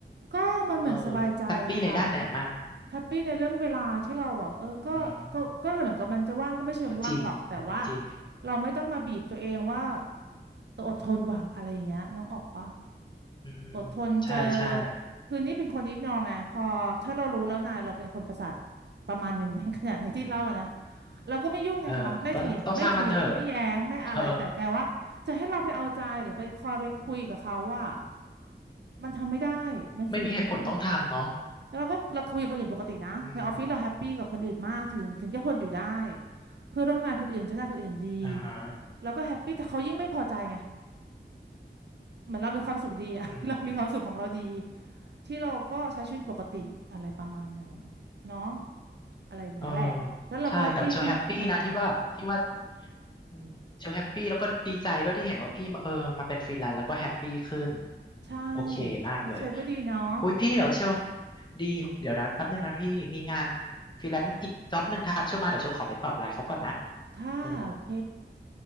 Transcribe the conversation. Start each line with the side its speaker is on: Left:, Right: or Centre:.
Right: ก็มันเหมือนสบายใจนะคะ
Left: เออแฮปปี้ในด้านไหนมั่ง
Right: แฮปปี้ในเรื่องเวลาที่เราแบบเออก็ก็ก็เหมือนกับมันจะว่างก็ไม่เชิงว่างหรอก
Left: อืม ก็จริงอันนี้จริง
Right: แต่ว่าเราไม่ต้องมาบีบตัวเองว่าเอออดทนว่ะอะไรอย่างเงี้ยน้องออกปะ
Left: อืม
Right: อดทนเจอ
Left: ใช่ใช่
Right: คือนี่เป็นคนยิกนองไงพอถ้าเรารู้แล้วนายเราเป็นคนประสาทประมาณหนึ่ง <laughs> ขนาดนี้ที่เล่าอะนะ
Left: อืม
Right: เราก็ไม่ยุ่งไงคะไม่เถียงไม่เถียงไม่แย้งไม่อะไรแต่แกว่าจะให้เราไปเอาใจหรือไปคอยไปคุยกับเขาว่า
Left: เออก็ต้องต้องช่างมันเถอะเออ
Right: มันทำไม่ได้มันฝืนมาก
Left: ไม่มีเหตุผลต้องทำเนาะ
Right: แล้วเราก็เราคุยกับคนอื่นปกตินะในออฟฟิศเราแฮปปี้กับคนอื่นมากถึงถึงจะทนอยู่ได้
Left: อืม
Right: เพื่อนร่วมงานคนอื่นเจ้านายคนอื่นดี
Left: อ่าฮะ
Right: เราก็แฮปปี้แต่เขายิ่งไม่พอใจไง เหมือนเรามีความสุขดีอะ
Left: อืม
Right: <laughs> เรามีความสุขของเราดีที่เราก็ใช้ชีวิตปกติอะไรประมาณหนึ่งเนาะอะไรอย่างเงี้ยแหละ
Left: เออ
Right: แล้วเราก็แฮปใช่ปปี้ขึ้นใช่ไหม
Left: ใช่แต่เชลแฮปปี้นะที่ว่าที่ว่าอืมเชลแฮปปี้แล้วก็ดีใจด้วยที่เห็นว่าพี่มาเออมาเป็นฟรีแลนซ์แล้วก็แฮปปี้ขึ้นอืมโอเคมากเลย
Right: ใช่แล้วเชลก็ดีเนาะ
Left: อุ้ยพี่เดี๋ยวเชลดีเดี๋ยวนะแป๊บนึงนะพี่มีงานฟรีแลนซ์อีกจ็อบหนึ่งทักเชลมาเดี๋ยวเชลขอไปตอบไลน์เขาก่อนนะ
Right: ค่ะโอเค
Left: เออ